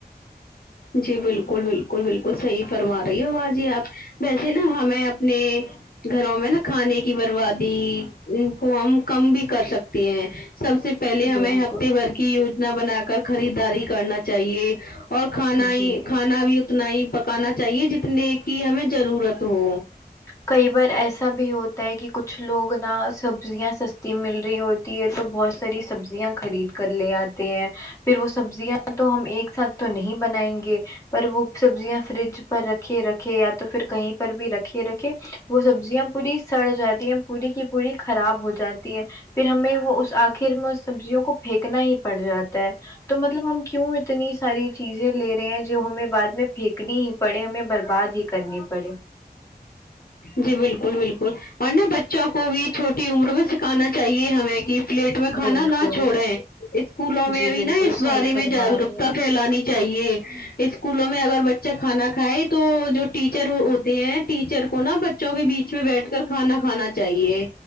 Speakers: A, on the left; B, on the left.
A: جی بالکل بالکل بالکل صحیح فرما رہی ہو باجی آپ ویسے نا ہمیں اپنے گھروں میں نا کھانے کی بربادی ان کو ہم کم بھی کر سکتی ہیں سب سے پہلے ہمیں
B: بالکل
A: ہفتے بھر کی یوجنا بنا کر خریداری کرنا چاہیے اور کھانا ہی
B: جی
A: کھانا بھی اتنا ہی پکانا چاہیے جتنے کی ہمیں ضرورت ہو
B: کئی بار ایسا بھی ہوتا ہے کہ کچھ لوگ نہ سبزیاں سستی مل رہی ہوتی تی ہے تو بہت ساری سبزیاں خرید کر لے آتے ہیں پھر وہ سبزیاں تو ہم ایک ساتھ تو نہیں بنائیں گے پر وہ سبزیاں فریج پر رکھے رکھے یا تو پھر کہیں پر بھی رکھے رکھے وہ سبزیاں پوری سڑ جاتی ہیں پوری کی پوری خراب ہو جاتی ہیں پھر ہمیں وہ اس آخر میں سبزیوں کو پھینکنا ہی پڑ جاتا ہے تو مطلب ہم کیوں اتنی ساری چیزیں لے رہے ہیں جو ہمیں بعد میں پھینکنی ہی پڑے ہمیں برباد ہی کرنی پڑے
A: جی بالکل بالکل اور نہ بچوں کو بھی چھوٹی عمر میں سی کھنا چاہیے ہمیں کہ پلیٹ میں کھانا
B: بالکل
A: نہ چھوڑیں اسکولوں میں
B: جی
A: بھی
B: بالکل
A: نا اس بارے
B: صحیح
A: میں
B: فرما
A: جاگروکتا
B: رہی ہیں آپ
A: پھیلانی چاہیے اسکولوں میں اگر بچہ کھانا کھائے تو جو ٹیچر ہوتے ہیں ٹیچر کو نا بچوں کے بیچ میں بیٹھ کر کھانا کھانا چاہیے